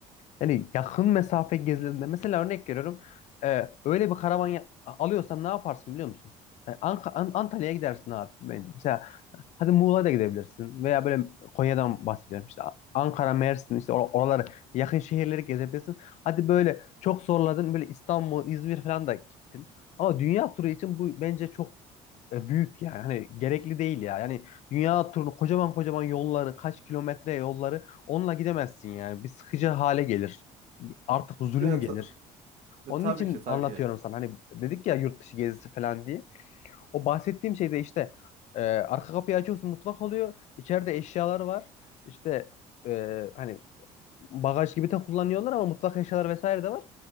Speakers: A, on the left (about 60°); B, on the right (about 65°).
A: yani yakın mesafe gezilerinde mesela örnek veriyorum. e, öyle bir karavan ya- alıyorsan ne yaparsın biliyor musun? E, Anka- An- Antalya'ya gidersin abi bence. Mesela hadi Muğla'ya da gidebilirsin veya böyle Konya'dan bahsediyorum. İşte A- Ankara, Mersin işte or- oraları yakın şehirleri gezebilirsin. Hadi böyle çok zorladın böyle İstanbul, İzmir falan da gittin. Ama dünya turu için bu bence çok e, büyük yani. Hani gerekli değil ya. Yani Dünya turunu kocaman kocaman yolları, kaç kilometre yolları onunla gidemezsin yani. Bir sıkıcı hale gelir. Artık zulüm
B: E, ta-
A: gelir.
B: e,
A: Onun
B: tabii
A: için
B: ki tabii
A: anlatıyorum
B: ki.
A: sana. Hani dedik ya yurt dışı gezisi falan diye. O bahsettiğim şey de işte e, arka kapıyı açıyorsun mutfak oluyor. İçeride eşyalar var. İşte e, hani bagaj gibi de kullanıyorlar ama mutfak eşyaları vesaire de var.